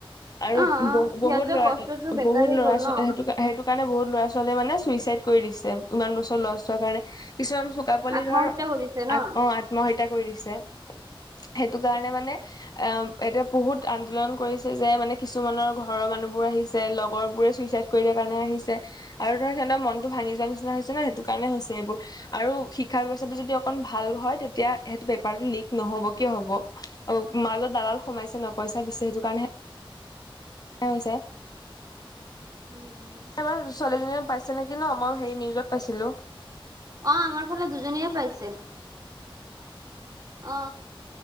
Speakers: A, on the left; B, on the right.
A: আৰু
B: অ
A: বহু
B: সিহঁতৰ
A: বহুত লৰা
B: কষ্টটো বেকাৰী
A: বহুত ল'ৰা
B: গ'ল
A: ছো
B: ন
A: সেইটো কা সেইটো কাৰণে বহুত ল'ৰা ছোৱালীয়ে মানে চুইচাইড কৰি দিছে, ইমান বছৰ লষ্ট হোৱাৰ কাৰণে কিছুমান চোকাপোৱালি
B: আত্মহত্যা
A: ধৰ
B: কৰিছে ন
A: আ অ আত্মহত্যা কৰি দিছে। সেইটো কাৰণে মানে অ' এতিয়া বহুত আন্দোলন কৰিছে, যে মানে কিছুমানৰ ঘৰৰ মানুহ বোৰ আহিছে লগৰ বোৰে চুইচাইড কৰি দিয়াৰ কাৰণে আহিছে। আৰু ধৰ সিহঁতৰ মনতটো ভাঙি যোৱা নিচিনা হৈছে ন, সেইটো কাৰণে হৈছে এইবোৰ। আৰু শিক্ষা ব্যৱস্থাটো যদি অকন ভাল হয় তেতিয়া সেইটো পেপাৰটো লিক নহ'ব, কিয় হ'ব। অ' মাজত দালাল সোমাইছে ন পইচা দিছে। সেইটো কাৰণে এইয়া হৈছে। এইবাৰ
B: উম।
A: ছোৱালী এজনীয়ে পাইছে নেকি ন, মই হেৰি নিউজত পাইছিলো?
B: অ' আমাৰ ফালে দুজনীয়ে পাইছে। অ